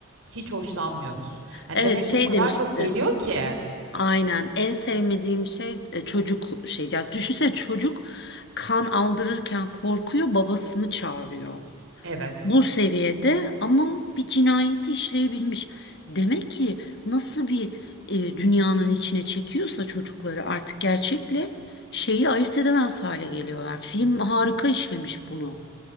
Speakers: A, on the right; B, on the left.
A: hiç hoşlanmıyoruz." Yani,
B: Evet
A: demek
B: şey
A: ki o kadar
B: demişti.
A: çok geliyor ki.
B: Aynen. En sevmediğim şey e, çocuk şey. Yani düşünsene çocuk kan aldırırken korkuyor, babasını çağırıyor.
A: Evet.
B: Bu seviyede ama bir cinayeti işleyebilmiş. Demek ki nasıl bir e, dünyanın içine çekiyorsa çocukları artık gerçekle şeyi ayırt edemez hale geliyorlar. Film harika işlemiş bunu.